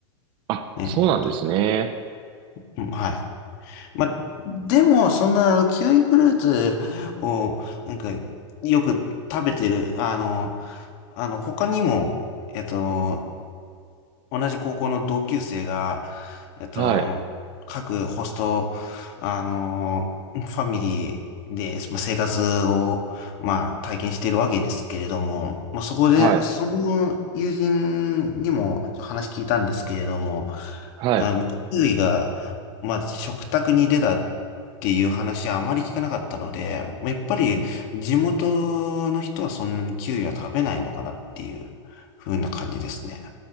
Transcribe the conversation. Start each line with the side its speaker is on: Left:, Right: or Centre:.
Right: あ、
Left: ね。
Right: そうなんですね。
Left: ちょっとうんはい。まあ、でも、そんな、キウイフルーツを、なんか、よく食べてる、あの、あの、他にも、えっと、同じ高校の同級生が、えっと、
Right: はい、
Left: 各ホスト、あの、ファミリーで、まあ、生活を、まあ、体験しているわけですけれども、まあ、そこで、
Right: はい、
Left: その友人にも話聞いたんですけれども、
Right: はい。
Left: あの、キウイが、まあ、食卓に出たっていう話はあまり聞かなかったので、まあやっぱり地元の人はそんなにキウイは食べないのかなっていう風な感じですね。